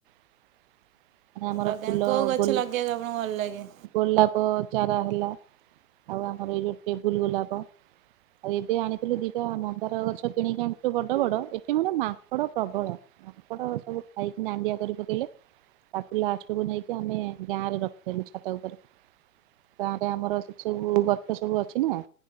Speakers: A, on the right; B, on the right.
A: <inaudible>
B: ଆଜ୍ଞା
A: ଫୁଲ
B: କୋଉ ଗଛ
A: ଗୋଲ
B: ଲଗେଇବାକୁ ଆପଣଙ୍କୁ ଭଲ ଲାଗେ?
A: ଗୋଲାପ ଚାରା ହେଲା ଆଉ ଆମର ଏଇ ଯୋଉ ଟେବୁଲ ଗୋଲାପ। ଆଉ ଏବେ ଆଣିଥିଲୁ ଦିଟା ମନ୍ ନ୍ଦାର ଗଛ କିଣିକି ଆଣିଥିଲୁ ବଡ ବଡ ଏଠି ମାନେ ମାଙ୍କଡ଼ ପ୍ରବଳ। ମାଙ୍କଡ଼ ସବୁ ଖାଇକି ନାଣ୍ଡିଆ କରି ପକେଇଲେ। ତାକୁ ଲାଷ୍ଟକୁ ନେଇକି ଆମେ ଗାଁ ରେ ରଖିଦେଲୁ ଛାତ ଉପରେ। ଗାଁରେ ଆମର ସେ ସବୁ ଗଛ ସବୁ ଅଛି ନା।